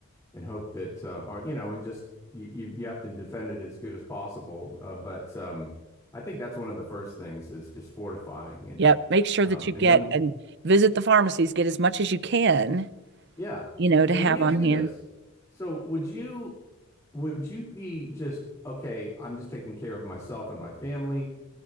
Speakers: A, on the left (about 15°); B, on the right (about 55°).
A: and hope that, uh, or you know, and just you you you have to defend it as good as possible. Uh, but um, I think that's one of the first things is just fortifying, and
B: Yep. Make sure
A: um,
B: that you get
A: and then
B: and visit the pharmacies, get as much as you can,
A: yeah.
B: you know, to
A: Well,
B: have
A: let me ask
B: on
A: you
B: hand.
A: this. So, would you would you be just okay? I'm just taking care of myself and my family